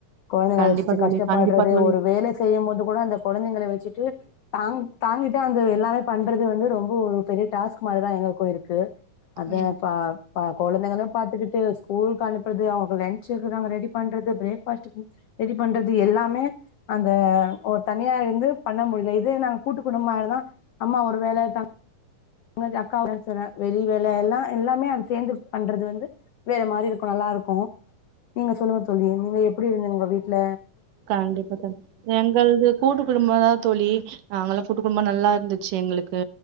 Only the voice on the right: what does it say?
கண்டிப்பா
தோழி
கண்டிப்பா தோழி
ம்
கண்டிப்பா க எங்கள்து கூட்டு குடும்பதா தோழி நாங்கல்லா கூட்டு குடும்பம் நல்லா இருந்துச்சு எங்களுக்கு